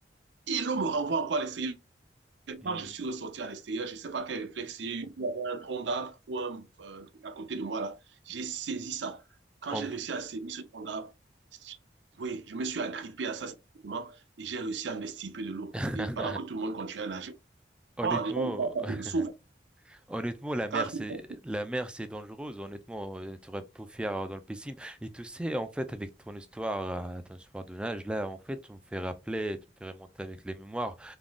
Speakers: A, on the right; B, in the centre.
A: Et l'eau me renvoie encore à l'essayer
B: Mhm.
A: quand je suis ressorti à l'extérieur, je ne sais pas quel réflexe j'ai eu, il y avait un tronc d'arbre ou un euh, à côté de moi là. J'ai saisi ça. Quand
B: En
A: j'ai
B: plus-
A: réussi à saisir ce tronc d'arbre, oui, je me suis agrippé à ça simplement et j'ai réussi à m'extirper de l'eau.
B: <laughs>
A: Et pendant que tout le monde continuait à nager,
B: Honnêtement,
A: quand les gens ne savent pas
B: <laughs>
A: que je souffre.
B: Honnêtement, la
A: Quand
B: mer,
A: je souffre,
B: c'est la mer, c'est dangereuse. Honnêtement, euh, tu aurais pu faire dans le piscine. Et tu sais, en fait, avec ton histoire, euh, ton histoire de nage, là, en fait, tu me fais rappeler, tu me fais remonter avec les mémoires